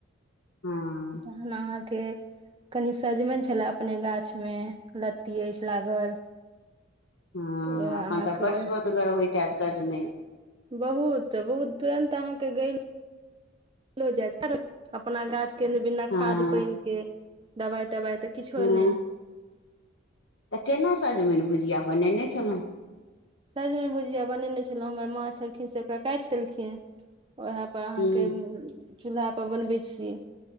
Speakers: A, on the left (about 65°); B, on the right (about 25°).
A: हँ
B: तहन अहा के कनि सजमनि छले अपने गाछ में लत्ती अछि लागल
A: हँ
B: तऽ उएह
A: एखन
B: अहाँके
A: तऽ बड
B: ओह
A: सुअदगर होइत हायत सजमनि
B: बहुत बहुत तुरंत अहाँके गल जा अपना गाछ के बिना
A: हँ
B: खाद पान के दवाइ तवाइ त किछु
A: हँ
B: नहि
A: तऽ केना सजमनि भुजिया बनेने छल‌उहुँ
B: सजमनि भुजिया बनेने छल‌उहुँ हमर माँ छलखिन्ह से ओकरा काटि देलखिन्ह उएह अहां
A: हूँ
B: के चूलहा पर बनबय छी